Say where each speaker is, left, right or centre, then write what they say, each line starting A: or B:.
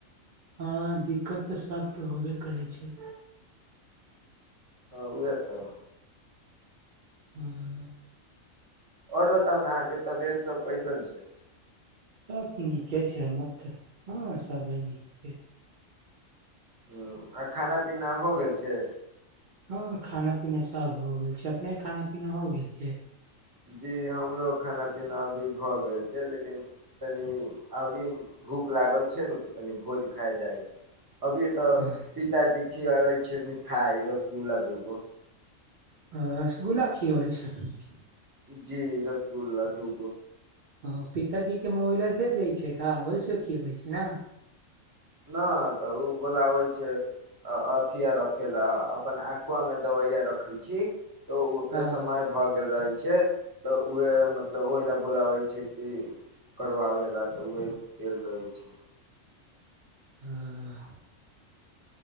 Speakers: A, on the right; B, on the right.
A: हँ दिक्कत तऽ सभके होबे करै छै
B: ह उएह तऽ
A: हँ
B: आओर बताउ ने अहाँके तबियत सब कैसन छै
A: सब नीके छै हमर तऽ हँ सब नीक छै
B: ह आ खाना पीना हो गेल छै
A: हँ खाना पीना सब हो गेल छै अपने खाना पीना हो गेल छै
B: जी हमरो खाना पीना अभी भऽ गेल छै लेकिन तनि अबरी भूख लागल छै ने तऽ कनि भोज खाय जाइ छै अभिय तऽ
A: हँ
B: पिताजी खियाबे छै मिठाई रसगुल्ला दूगो
A: आ रसगुल्ला खिय होइ छै अपने क
B: जी रसगुल्ला दूगो
A: हँ पिताजी के मोबाइला दे दै छै खा ओहिसँ खियबै छै न
B: न तऽ ओ बोलाबै छै अथिया रखे लि अपन आँखवा मे दवैया रखै छी तऽ ओकरे
A: हँ
B: समय भऽ गेल रहै छै तऽ उएह मतलब ओहि ल बोलाबै छै कि करबाबै लऽ तऽ उहे गेल रहै छै
A: हँ